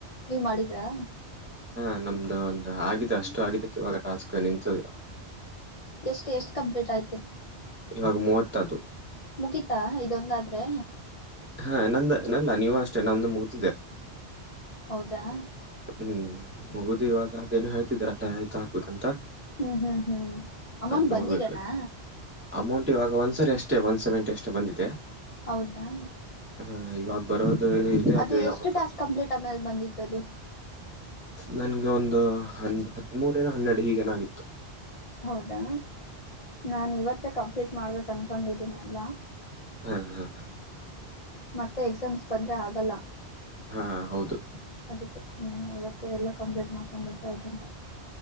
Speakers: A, on the left (about 45°); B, on the right (about 20°).
A: ನೀವ್ ಮಾಡಿದ್ರಾ
B: ಹಾ ನಮ್ದು ಒಂದು ಆಗಿದೆ ಅಷ್ಟು ಆಗಿದ್ದಕ್ಕೆ ಇವಾಗ ಟಾಸ್ಕ್ ನಿಂತದವ
A: ಎಷ್ಟು ಎಷ್ಟು ಕಂಪ್ಲೀಟ್ ಆಯ್ತು
B: ಇವಾಗ ಮೂವತ್ತದು
A: ಮುಗಿತಾ ಇದೊಂದಾದ್ರೆ
B: ಹಾ ನಂದ ನಲ್ಲ ನೀವು ಅಷ್ಟೇ ನಮಂದು ಮುಗತಿದ್ದ
A: ಹೌದಾ
B: ಹ್ಮ್ ಮುಗುದು ಇವಾಗ ಅದೇನು ಹೇಳ್ತಿದ್ರಲ್ಲ ಆಐ್ತ ಹಾಕ್ಬೇಕಂತ
A: ಹ್ಮ್ ಹ್ಮ್ ಹ್ಮ್ ಅಮೌಂಟ್
B: ಅದ್ ನೋಡ್ಬೇಕು
A: ಬಂದಿದ್ದನಾ
B: ಅಮೌಂಟ್ ಇವಾಗ ಒಂದ್ಸರಿ ಅಷ್ಟೇ ಒನ್ ಸೆವೆಂಟಿ ಅಷ್ಟೇ ಬಂದಿದೆ
A: ಹೌದಾ
B: ಹಾ ಇವಾಗ ಬರೋದು ಇದೆ
A: ಅದು
B: ಯಾವಾಗ
A: ಎಷ್ಟು
B: ಬರುತ್ತೆ?
A: ಟಾಸ್ಕ್ ಕಂಪ್ಲೀಟ್ ಆಮೇಲೆ ಬಂದಿತ್ತುದು
B: ನನ್ಗೆ ಒಂದು ಹ ಹದಿಮೂರ ಏನೋ ಹನ್ನೆರಡು ಹೀಗೇನಾಗಿತ್ತು
A: ಹೌದಾ ನಾನು ಇವತ್ತೇ ಕಂಪ್ಲೀಟ್ ಮಾಡ್ಬೇಕು ಅನ್ಕೊಂಡಿದ್ದೀನಿ ಎಲ್ಲ.
B: ಹಾ ಹಾ
A: ಮತ್ತೆ ಎಕ್ಸಾಮ್ಸ್ ಬಂದ್ರೆ ಆಗಲ್ಲ
B: ಹಾ ಹೌದು
A: ಅದಕ್ಕೆ ಸುಮ್ಮನೆ ಇವತ್ತೇ ಎಲ್ಲಾ ಕಂಪ್ಲೇಂಟ್ ಮಾಡ್ಕೊಂಡ್ಬಿಟ್ರ ಆಯ್ತಂತ